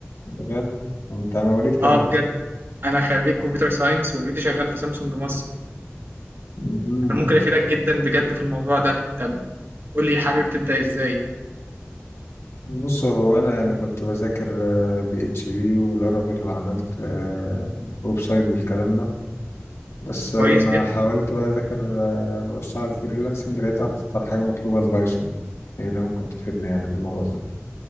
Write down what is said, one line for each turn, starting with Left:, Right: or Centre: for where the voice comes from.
Left: بجد أنت مواليد كام؟
Right: اه بجد انا خريج كمبيوتر ساينس والفيديو شغال في سامسونج مصر
Left: مهم.
Right: انا ممكن افيدك جدا بجد في الموضوع ده طب قول لي حابب تبدا ازاي
Left: بص هو أنا يعني كنت بذاكر بي اتش بي ولارافيل وعملت آه، ويب سايت بالكلام ده بس لما
Right: كويس جدا
Left: حاولت بقى أذاكر آه، وأشتغل فريلانسنج لقيت أكتر حاجة مطلوبة البايثون هي اللي ممكن تفيدني يعني في الموضوع ده